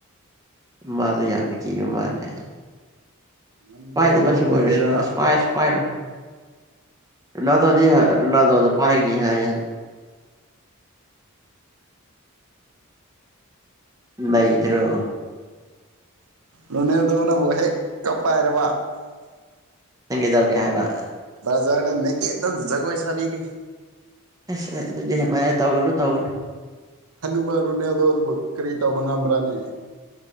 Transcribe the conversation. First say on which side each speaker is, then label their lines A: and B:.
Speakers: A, on the right; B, on the right.
A: ꯃꯥꯗ ꯌꯥꯝꯅ ꯀ ꯃꯥꯅꯦ
B: ꯉꯝꯒꯦꯔꯥ
A: ꯄꯥꯏꯗꯕꯁꯨ
B: ꯉꯝꯃꯣꯏꯒꯦꯔꯥ
A: ꯑꯣꯏꯔꯁꯅꯨ ꯑꯁ ꯄꯥꯏꯁꯨ ꯄꯥꯏꯔꯣꯏ ꯅꯗꯗꯤ ꯅꯗ ꯄꯥꯏꯒꯅꯤ ꯍꯥꯏ ꯃ ꯏꯗꯔꯣ
B: ꯔꯣꯅꯦꯜꯗꯣꯅ ꯍꯦꯛꯀ ꯄꯥꯏꯔꯕ
A: ꯅꯪꯒꯦ ꯇꯧꯒꯦ ꯍꯥꯏꯕ
B: ꯗ ꯅ ꯀꯦꯗ ꯖꯒꯣꯏꯁꯕꯤꯒꯤ
A: ꯑ ꯍ ꯇꯧꯒꯅ ꯇꯒꯅ
B: ꯍꯅꯨꯕꯥꯔꯨꯅꯦꯗꯣ ꯀꯔꯤ ꯇꯕꯒꯔꯥꯅꯦ